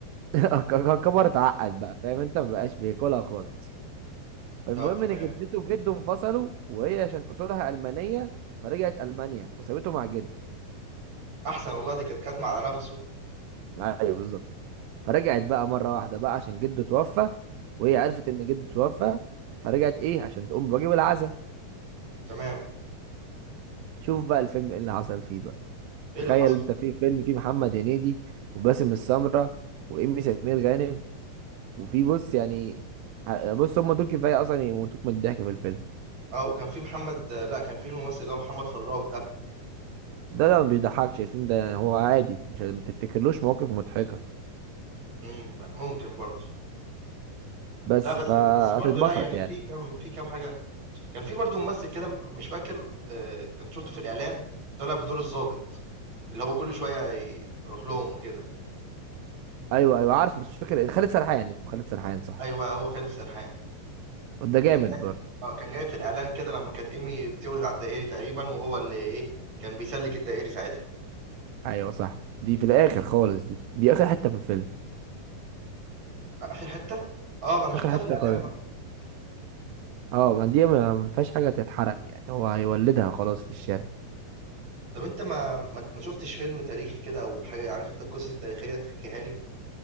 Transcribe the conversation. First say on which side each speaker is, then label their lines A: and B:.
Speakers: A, on the right (about 80°); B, on the right (about 55°).
A: <laughs> كبر اتعقد بقى فاهم انت ما بقاش بياكلها خالص فالمهم
B: طب تمام.
A: ان جدته وجده انفصلوا وهي عشان اصولها المانيه فرجعت المانيا وسابته مع جده
B: أحسن والله دي كانت كاتمة على نَفَسه.
A: ايوه بالظبط فرجعت بقى مره واحده بقى عشان جده توفى وهي عرفت ان جده توفى فرجعت ايه عشان تقوم بواجب العزاء
B: تمام.
A: شوف بقى الفيلم ايه اللي حصل فيه بقى
B: إيه
A: تخيل
B: اللي حصل؟
A: انت في فيلم فيه محمد هنيدي وباسم السمره وامي سمير غانم وفي بص يعني ع- بص هم دول كفايه اصلا يموتوك من الضحك في الفيلم
B: آه، وكان في محمد لأ، كان في الممثل اللي هو محمد فراج ده،
A: ده ده ما بيضحكش الفيلم ده يعني هو عادي مش ما تفتكرلوش مواقف مضحكه
B: إمم، ممكن برضه.
A: بس
B: لأ، بس
A: فهتتبسط
B: بس برضه لأ، يعني
A: يعني
B: في كام في كام حاجة كان في برضه ممثل كده م مش فاكر آآ، كنت شُفته في الإعلان طالع بدور الضابط، اللي هو كل شوية يروح لهم وكده.
A: ايوه ايوه عارفه بس مش فاكر إيه. خالد سرحان اسمه خالد سرحان صح
B: أيوه، هو خالد سرحان.
A: ده جامد
B: كان جاي
A: برضه
B: آه، كان جاي في الإعلان كده لمّا كانت إيمي بتولد على الدائري تقريبًا، وهو اللي إيه، كان بيسلِّك الدائري ساعتها.
A: ايوه صح دي في الاخر خالص دي دي اخر حته في الفيلم
B: أ آخر حتّة؟ آه، ما أنا شُفتها
A: اخر حته
B: في الإعلان
A: خالص
B: بقى.
A: اه ما دي ما ما فيهاش حاجه تتحرق يعني هو هيولدها خلاص في الشارع
B: طَب أنت ما ما ما شُفتش فيلم تاريخي كده أو حاجة عارف أنت القصص التاريخية تحكيها لي؟